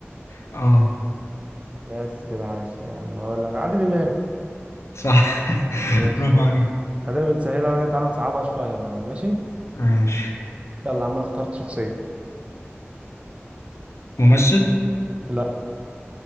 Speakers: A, on the left (about 80°); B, on the right (about 25°).
A: آه،
B: بس كده عايش يا عم اقول لك عادل امام
A: صح
B: ماشي
A: <laughs> برافو عليك
B: خلينا بنسهلها عليها تعالى نصعبها شويه بقى يا عم. ماشي
A: ماشي
B: يلا يا عم انا اخترت شخصيه
A: ممثل
B: لا